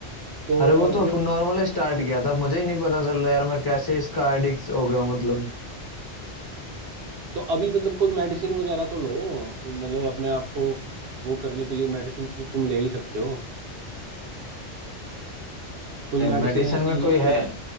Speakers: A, on the right; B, on the left.
A: तो
B: अरे वो
A: अब
B: तो नॉर्मल स्टार्ट किया था मुझे ही नहीं पता चल रहा यार मैं कैसे इसका एडिक्ट हो गया हूँ मतलब
A: तो अभी मतलब कोई मेडिसिन वगैरह तो लो मतलब अपने आप को वो करने के लिए मेडिसिन तो तुम ले ही सकते हो कोई मेडिसिन
B: मेडिसिन
A: ऐसी
B: में
A: ली
B: कोई
A: है
B: है
A: तुमने